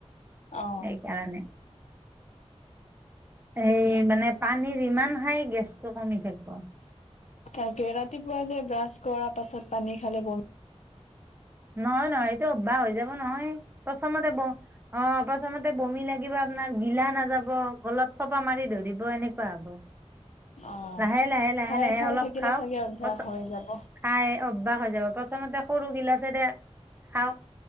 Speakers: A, on the left; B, on the right.
A: অ
B: সেইকাৰণে।
A: ঠিকে
B: এই
A: আছে।
B: মানে পানীৰ ইমান! সেই গেছটো কমি থাকিব
A: তাকে ৰাতিপুৱা যে ব্ৰাছ! কৰাৰ পাছত পানী খালে বমি
B: নহয়-নহয়। এ অভ্যাস হৈ যাব নহয়। প্ৰথমতে ব অ' প্ৰথমতে বমি লাগিব, আপোনাক গিলা নাযাব, গলত খোপা মাৰি ধৰিব, এনেকুৱা হ'ব।
A: অ
B: লাহে লাহে লাহে
A: খাই
B: লাহে
A: খাই
B: অলপ
A: থাকিলে
B: খাওঁক।
A: চাগে অভ্যাস
B: তাপছত
A: হৈ যাব।
B: খাই অভ্যাস হৈ যাব প্ৰথমতে সৰু গিলাচেৰে খাওঁক।